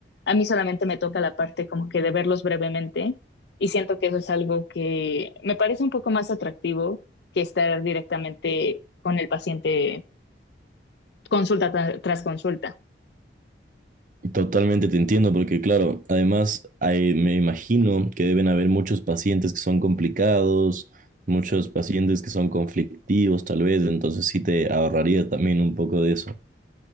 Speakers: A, on the left; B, on the right.
A: a mí solamente me toca la parte como que de verlos brevemente y siento que eso es algo que me parece un poco más atractivo que estar directamente con el paciente consulta tra- tras consulta.
B: Totalmente te entiendo, porque claro, además hay- me imagino que deben haber muchos pacientes que son complicados, muchos pacientes que son conflictivos tal vez, entonces sí te ahorraría también un poco de eso.